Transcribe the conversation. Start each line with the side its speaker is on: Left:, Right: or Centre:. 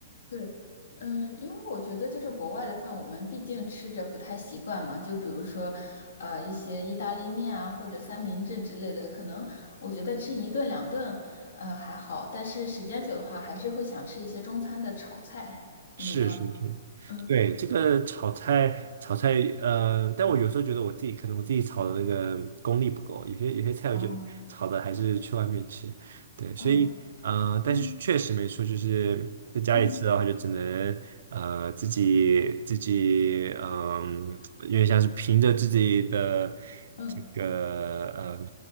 Left: 对，嗯，因为我觉得就是国外的饭，我们毕竟吃着不太习惯嘛。就比如说，呃，一些意大利面啊，或者三明治之类的，可能我觉得吃一顿两顿，呃，还好。但是时间久的话，还是会想吃一些中餐的炒菜。你呢？
Right: 是是是，
Left: 嗯
Right: 对，这个炒菜炒菜，呃，但我有时候觉得我自己可能我自己炒的那个功力不够，
Left: 嗯
Right: 有些有些菜我觉得炒的还是去外面吃，
Left: 啊
Right: 对，所以呃，
Left: 啊嗯
Right: 但是确实没错，就是在家里吃的话，
Left: 嗯
Right: 就只能呃自己自己嗯、因为像是凭着自己的
Left: 嗯
Right: 这个呃